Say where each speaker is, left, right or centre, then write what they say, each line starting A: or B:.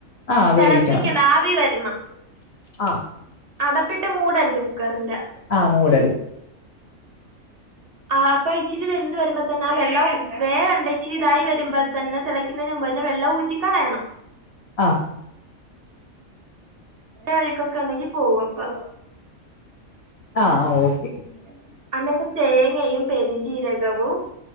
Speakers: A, on the left (about 65°); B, on the right (about 50°).
A: ആ വേവിക്കണം
B: തിളപ്പിക്കണ്ട ആവി വരണം
A: ആ
B: അടപ്പിട്ട് മൂടരുത് കുക്കറിന്റെ
A: ആ മൂടരുത്
B: ആ് അപ്പോ ഇച്ചിരി വെന്ത് വരുമ്പോ തന്നെ ആ വെള്ളം വേറെണ്ട ഇച്ചരി അപ്പോ ഇച്ചിരി വന്ത് വരുമ്പോ തന്നെ തിളയ്ക്കുന്നതിന് മൻ് തന്നെ വെള്ളംഊറ്റണം കളയണം
A: ആ
B: അഴക്കൊക്കെ ഉണ്ടെങ്കി പോവപ്പൊ
A: ആഹ ഓക്കെ
B: ല്ല അന്നേരത്തു തേങ്ങയും പെരിഞ്ചീരകവും